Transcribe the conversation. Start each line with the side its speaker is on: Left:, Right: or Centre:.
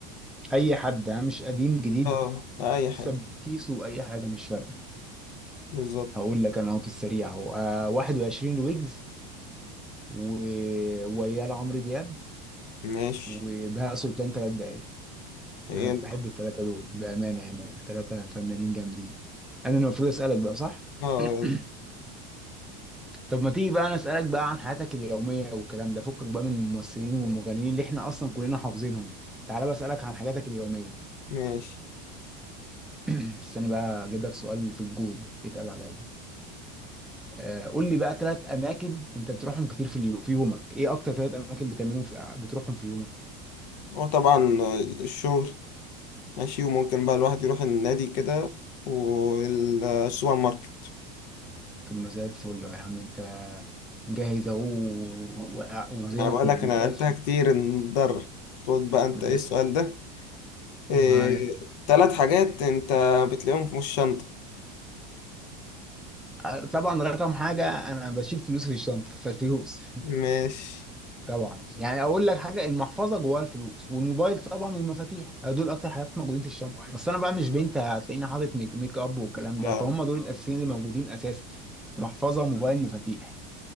Centre: اي حد ها مش قديم جديد
Left: اه أي
Centre: حسب
Left: حاجة
Centre: كيسه اي حاجه مش فارقه
Left: بالظبط
Centre: هقول لك انا اهو في السريع اهو آه 21 ويجز و... ويا عمرو دياب
Left: ماشي
Centre: وبهاء سلطان ثلاث دقايق
Left: حلو
Centre: انا بحب الثلاثه دول بامانه يعني ثلاثه فنانين جامدين انا المفروض اسالك بقى صح <clears throat>
Left: اه يلا
Centre: طب ما تيجي بقى انا اسالك بقى عن حياتك اليوميه والكلام ده فكك بقى من الممثلين والمغنيين اللي احنا اصلا كلنا حافظينهم تعالى بقى اسالك عن حاجاتك اليوميه
Left: ماشي
Centre: <clears throat> استنى بقى اجيب لك سؤال في الجول اتقل عليا آه، قول لي بقى ثلاث اماكن انت بتروحهم كتير في اليو... في يومك ايه اكتر ثلاث اماكن بتعملهم في... بتروحهم في يومك
Left: هو طبعا آه، الشغل ماشي وممكن بقى الواحد يروح النادي كده والسوبر ماركت
Centre: طب ما زي الفل يا عم انت جاهز اهو و- وذهنك
Left: أنا بقول
Centre: موجود
Left: لك أنا
Centre: ماشي
Left: لعبتها كتير نضر خد بقى أنت
Centre: ماشي
Left: إيه السؤال ده إيه
Centre: معاك
Left: تلات حاجات أنت بتلاقيهم في الشنطة
Centre: آه، طبعا رقم حاجة أنا بشيل فلوسي في الشنطة فالفلوس
Left: ماشي
Centre: طبعا يعني أقول لك حاجة المحفظة جواها الفلوس والموبايل طبعا والمفاتيح آه، دول أكتر حاجات موجودين في الشنطة بس أنا بقى مش بنت هتلاقيني حاطط ميك, ميك أب والكلام
Left: اه
Centre: ده فهم دول الأساسيين اللي موجودين أساسا محفظة موبايل مفاتيح